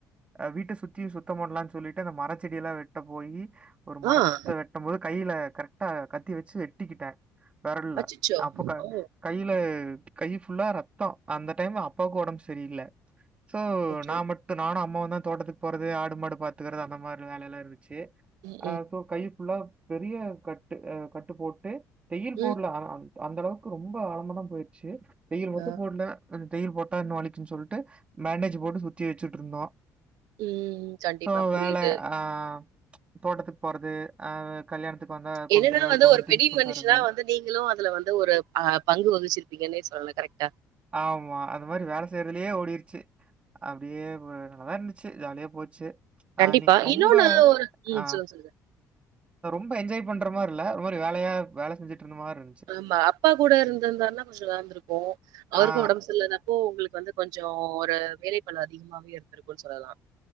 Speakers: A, on the right; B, on the right.
A: ஆ வீட்ட சுத்தி சுத் தம் பண்லானு சொல்லிட்டு அந்த மர செடியல்லா வெட்ட போயி ஒரு மரத்த
B: ஆ.
A: வெட்டும் போது கைல கரெக்டா கத்தி வச்சு வெட்டிக்கிட்டே வெரல
B: அச்சச்சோ!
A: அப்ப க
B: ஓ!
A: கையில கை ஃபுல்லா ரத்தோ அந்த டைம் அப்பாக்கு ஒடம்பு சரியில்ல சோ
B: அச்சச்சோ!
A: நா மட் டு நானு அம்மாவுந்தா தோட்டத்துக்கு போறது ஆடு மாடு பாத்துக்கறது அந்த மாரி வேலைல்லா இருந்துச்சு
B: ம்,
A: அ சோ கை ஃபுல்லா பெரிய கட்டு அ கட்டு போட்டு தையில்
B: ம்,
A: போடல ஆனா அந்த அளவுக்கு ரொம்ப ஆழமதா போயிடுச்சு தையில் மட்டு
B: ஆ.
A: போடல தையில் போட்டா இன்னு வலிக்குன்னு சொல்ட்டு மேண்டேஜ் போட்டு சுத்தி வச்சிட்டுருந்தோ
B: ம். கண்டிப்பா
A: சோ
B: புரியுது.
A: வேல ஆ தோட்டத்துக்கு போறது அ கல்யாணத்துக்கு வந்தா கொண்டு
B: என்னனா
A: ஏதாவது
B: வந்து
A: கொண்டு
B: ஒரு
A: திங்ஸ்
B: பெரிய
A: கொண்டு
B: மனுஷனா
A: வரது.
B: வந்து நீங்களு அதுல வந்து ஒரு அ பங்கு வகிச்சிருப்பீங்கன்னே சொல்லலா கரெக்டா
A: ஆமா அது மாரி வேல செய்யறதுலே ஓடிடுச்சு அப்டியே போ நல்லாதா இருந்துச்சு ஜாலியா போச்சு
B: கண்டிப்பா.
A: அ நீ ரொம்ப
B: இன்னொன்னு ஒரு ம்
A: ஆ
B: சொல்லுங்க, சொல்லுங்க.
A: ரொம்ப என்ஜாய் பண்ற மாரி இல்ல ஒரு மாரி வேலையா வேல செஞ்சுட்டு இருந்த மாரி இருந்
B: ஆமா அப்பா கூட இருந்திருந்தார்ன்னா கொஞ்சொ நல்லாந்துருக்கு அவுருக்கு
A: ஆ
B: ஒடம்பு சரியில்லாத ப்போ உங்களுக்கு வந்து கொஞ்சோ ஒரு வேலைப்பழு அதிகமாவே இருந்துருக்குன் சொல்லலா